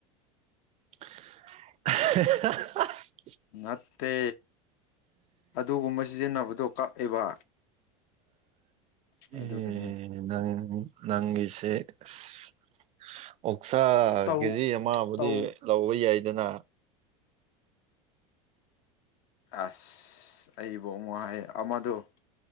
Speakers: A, on the right (about 35°); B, on the left (about 60°).
A: <inaudible>
B: ꯅꯠꯇꯦ ꯑꯗꯨꯒꯨꯝꯕ ꯁꯤꯖꯤꯟꯅꯕꯗꯣ ꯀꯛꯑꯦꯕ ꯑꯗꯨꯒꯅꯦ
A: ꯎ ꯅꯪ ꯅꯪꯒꯤꯁꯦ ꯑꯣꯛꯁꯥ
B: ꯇꯧ
A: ꯀꯦꯖꯤ ꯑꯃꯕꯨꯗꯤ
B: ꯇꯧ
A: ꯂꯧꯕ ꯌꯥꯏꯗꯅ
B: ꯑꯁ ꯑꯩꯕꯨ ꯑꯃꯛ ꯍꯥꯏ ꯑꯃꯗꯨꯣ